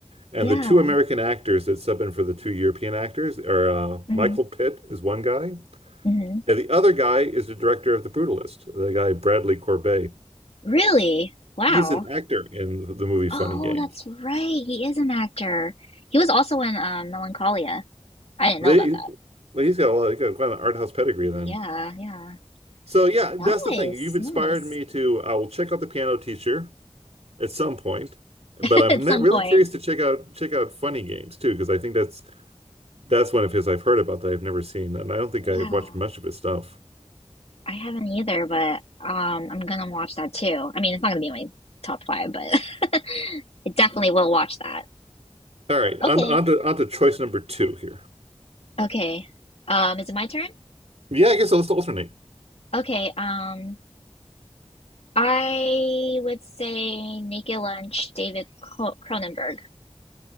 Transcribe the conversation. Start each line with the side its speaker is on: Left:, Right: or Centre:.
Right: And
Left: yeah.
Right: the two American actors that sub in for the two European actors are uh,
Left: hmm
Right: Michael Pitt is one guy,
Left: hmm
Right: and the other guy is the director of The Brutalist, the guy Bradley Corbet.
Left: Really? Wow.
Right: He's an actor in the movie Funny
Left: Oh,
Right: Games.
Left: that's right. He is an actor. He was also in um, Melancholia. I didn't
Right: They,
Left: know about that.
Right: well, he's got a lot, he's got quite an art house pedigree
Left: Yeah,
Right: then.
Left: yeah.
Right: So yeah,
Left: Nice,
Right: that's the thing. You've inspired
Left: nice.
Right: me to. I will check out the Piano Teacher at some point, but
Left: <laughs>
Right: I'm
Left: At
Right: ne-
Left: some
Right: really
Left: point.
Right: curious to check out check out Funny Games too because I think that's that's one of his I've heard about that I've never seen, and I don't think
Left: Yeah.
Right: I've watched much of his stuff.
Left: I haven't either, but um, I'm gonna watch that too. I mean, it's not gonna be in my top five, but <laughs> it definitely will watch that.
Right: All right,
Left: Okay.
Right: on on to on to choice number two here.
Left: Okay. Um, is it my turn?
Right: Yeah, I guess let's alternate.
Left: Okay. Um, I would say Naked Lunch, David Cro- Cronenberg.